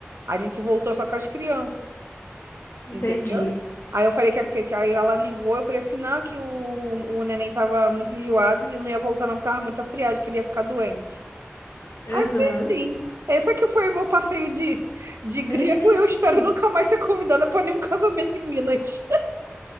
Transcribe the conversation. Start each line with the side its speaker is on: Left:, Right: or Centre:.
Right: A gente voltou só com as crianças.
Left: entendi.
Right: Entendeu? Aí eu falei que, que, que- aí ela
Left: Ai.
Right: ligou, eu falei assim, não, que o, o neném tava muito enjoado e não ia voltar não, porque tava muito friagem, que ele ia ficar doente.
Left: Aham.
Right: Aí foi assim. Essa que foi o meu passeio de, de grego
Left: Gente.
Right: e eu espero nunca mais ser convidada para nenhum casamento em Minas.